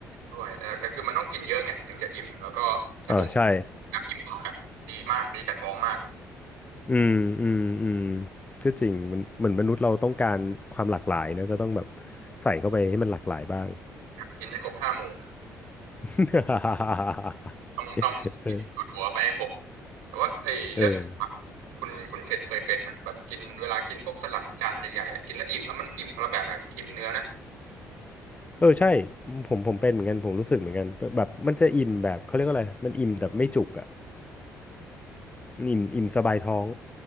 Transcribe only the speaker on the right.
ด้วยแต่แต่คือมันต้องกินเยอะไงถึงจะอิ่มแล้วก็แต่ผม
แบบกินผักอ่ะดีมากดีกับท้องมาก
กินให้ครบห้าหมู่
ต้องต้องกินถั่วๆไปให้ครบ
แต่ว่าไอ้เรื่องผักคุณคุณเคนเคยเป็นไหมแบบกินเวลากินพวกสลัดจานใหญ่ๆกินแล้วอิ่มแล้วมันอิ่มคนละแบบอะอิ่มเนื้อนะ